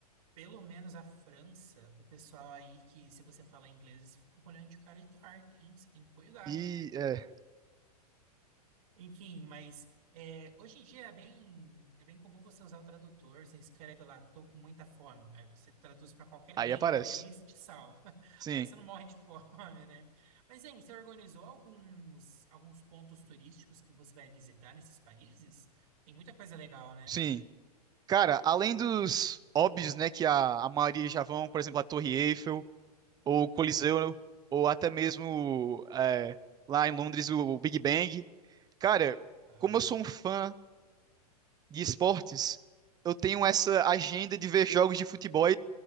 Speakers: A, on the right; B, on the right.
A: Pelo menos a França, o pessoal aí que, se você fala inglês, você fica olhando de cara e torta, hein? Você tem que cuidar.
B: E é,
A: Enfim, mas é, hoje em dia é bem, é bem comum você usar o tradutor. Você escreve lá, tô com muita fome. Aí você traduz para qualquer
B: aí
A: língua,
B: aparece.
A: aí isso te salva. <laughs>
B: Sim,
A: Aí você não morre de <laughs> fome, né? Mas, hein, você organizou alguns, alguns pontos turísticos que você vai visitar nesses países? Tem muita coisa legal, né?
B: sim. Cara, além dos óbvios, né, que a, a maioria já vão, por exemplo, a Torre Eiffel, ou o Coliseu,
A: Aham,
B: ou até mesmo é, lá em Londres o Big Bang. Cara,
A: aham.
B: como eu sou um fã de esportes, eu tenho essa agenda de ver jogos de futebol